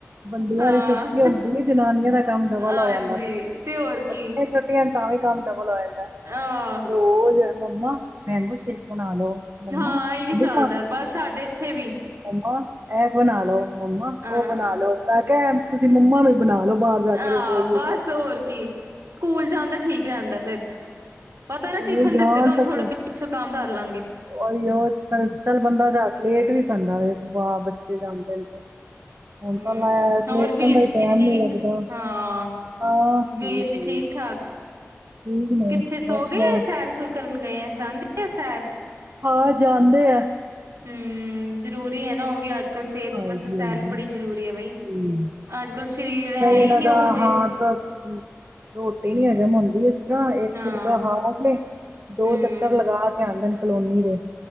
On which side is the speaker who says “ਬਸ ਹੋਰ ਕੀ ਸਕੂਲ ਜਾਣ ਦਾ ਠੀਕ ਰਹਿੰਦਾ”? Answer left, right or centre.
Right